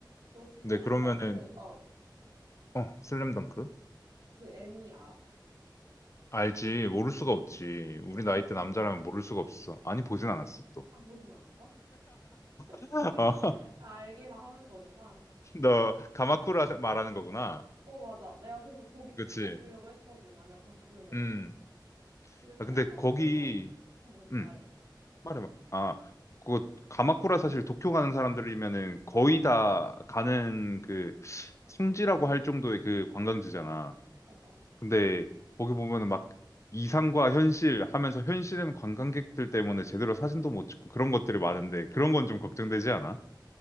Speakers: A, on the right; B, on the left.
A: 너 혹시 슬램덩크,
B: 근데 그러면은,
A: 어,
B: 어, 슬램덩크?
A: 슬- 그 애니 알아?
B: 알지. 모를 수가 없지. 우리
A: 어, 봤었어?
B: 나이 때 남자라면 모를 수가 없어. 아니, 보진 않았어, 또.
A: 아, 보진 않았어?
B: <laughs>
A: <laughs>
B: 어,
A: 아, 알기만 하는 거구나.
B: 너, 가마쿠라 말하는 거구나.
A: 어, 맞아. 내가 그래서 거기 추천해
B: 그치.
A: 주려고 했거든. 만약 봤으면.
B: 음.
A: 근데 슬램덩크,
B: 아, 근데 거기,
A: 어, 응, 응,
B: 음,
A: 말해.
B: 말해봐. 아, 그거, 가마쿠라 사실 도쿄 가는 사람들이면은 거의 다 가는 그 성지라고 할 정도의 그 관광지잖아.
A: 맞아.
B: 근데 거기 보면은 막 이상과 현실 하면서 현실은 관광객들 때문에 제대로 사진도 못 찍고 그런 것들이 많은데 그런 건 좀 걱정되지 않아?